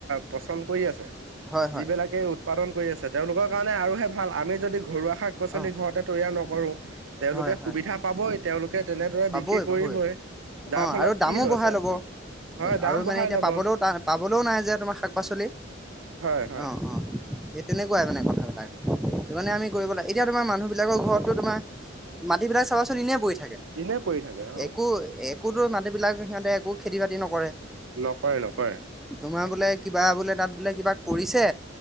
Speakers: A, on the right; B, in the centre.
A: পচন্দ কৰি আছে
B: হয়,
A: যিবিলাকে
B: হয়,
A: উৎপাদন কৰি আছে তেওঁলোকৰ কাৰণে আৰুহে ভাল আমি যদি ঘৰুৱা শাক পাচলি
B: অ',
A: ঘৰতে তৈয়াৰ নকৰোঁ তেওঁলোকে
B: হয়, হয়,
A: সুবিধা পাব। হাবই তেওঁলোকে তেনেদৰে
B: পাবই,
A: বিক্ৰী কৰিবই
B: পাবই
A: যাৰ
B: অ',
A: ফলত
B: আৰু দামো
A: কি হৈছে?
B: বঢ়াই ল'ব
A: হয় দাম
B: আৰু
A: বঢ়াই
B: মানে এতিয়া
A: লব
B: পাবলৈও পাবলৈও নাই যে তোমাৰ শাক পাচলি।
A: হয় হয়
B: অ অ সেই তেনেক। মানে কথাবিলাক সেইকাৰণে আমি কৰিব লাগে এতিয়া তোমাৰ মানুহ বিলাকৰ ঘৰতো তোমাৰ। মাটিবিলাক চাবাচোন এনেই পৰি থাকে
A: এনে পৰি থাকে অ
B: একো একোতো মাটিবিলাক সিহঁতে একো। খেতি বাতি নকৰে
A: নকৰে নকৰে
B: তোমাৰ বোলে কিবা বোলে তাত বোলে কিবা কৰিছে।